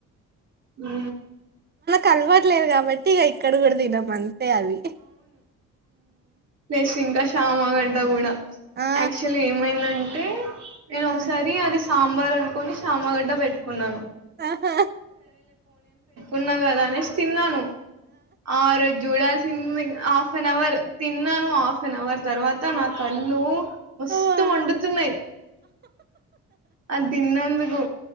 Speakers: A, on the right (about 55°); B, on the right (about 35°).
A: ఉ
B: కలవట్లేదు కాబట్ టిగా ఇక్కడ కూడా తినం అంతే అది.
A: ప్లేస్ ఇంకా షామాగడ్డ కూడా.
B: ఆ
A: ఆక్చులీ ఏమైదాన్ నేను
B: ఆ
A: ఒకసారి అరీస్ సాంబార్ అనుకోని సామగడ్డ పెట్టుకున్నాను.
B: ఆహా
A: ఉన్నా కదా అనేసి తిన్నాను. ఆ జూడాల సి హాఫ్ నావర్ తిన్నాను హాఫ్న్ అవర్ తర్వాత నా కళ్ళు. మాస్తుూ
B: ఆ వా.
A: వండుతున్నాయి ఆ తిన్నందుకు